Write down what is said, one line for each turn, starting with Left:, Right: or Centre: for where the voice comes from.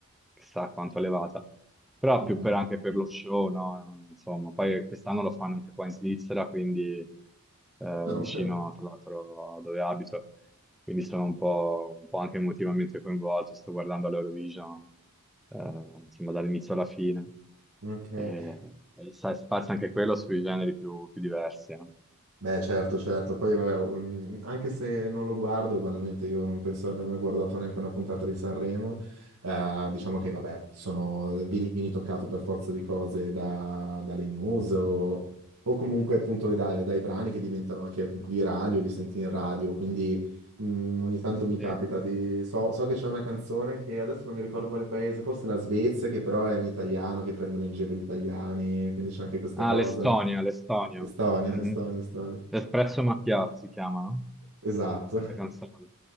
Centre: chissà quanto elevata, però
Right: Mhm.
Centre: più per anche per lo show, no? Insomma, poi quest'anno lo fanno anche qua in Svizzera, quindi eh,
Right: Ah,
Centre: vicino
Right: ok.
Centre: tra l'altro a dove abito, quindi sono un po', un po' anche emotivamente coinvolto, sto guardando l'Eurovision, eh, insomma, dall'inizio alla fine,
Right: Ok.
Centre: e, e sai, spazio anche quello sui generi più, più diversi, no?
Right: Beh, certo, certo. Poi, vabbè, um, anche se non lo guardo, banalmente io non penso di aver mai guardato neanche una puntata di Sanremo. eh, diciamo che, vabbè, sono, vieni, vieni toccato per forza di cose da- dalle news o, o comunque appunto dai, dai brani che diventano anche virali o li senti in radio. Quindi Mm, ogni tanto mi capita
Centre: Sì.
Right: di... So, so che c'è una canzone che adesso non mi ricordo quale paese, forse la Svezia, che però è in italiano, che prendono in giro gli italiani, quindi c'è anche questa
Centre: Ah,
Right: cosa.
Centre: l'Estonia, l'Estonia.
Right: Estonia,
Centre: Mhm.
Right: Estonia, Estonia.
Centre: L'espresso macchiato si chiama, no?
Right: Esatto.
Centre: La canzone.